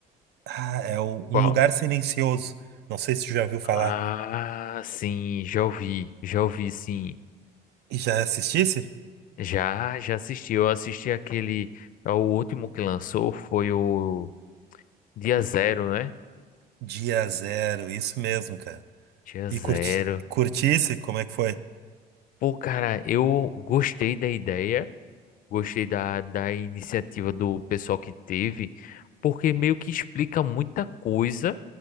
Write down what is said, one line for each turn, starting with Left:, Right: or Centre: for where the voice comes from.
Right: ah, é o Um
Left: Qual?
Right: Lugar Silencioso. Não sei se tu já ouviu falar.
Left: Ah, sim, já ouvi, já ouvi, sim.
Right: E já assistisse?
Left: Já, já assisti. Eu assisti aquele. é O último que lançou foi o Dia zero, né?
Right: Dia Zero, isso mesmo, cara.
Left: Dia zero.
Right: E curti curtisse, como é que foi?
Left: Pô, cara, eu gostei da ideia, gostei da, da iniciativa do pessoal que teve, porque meio que explica muita coisa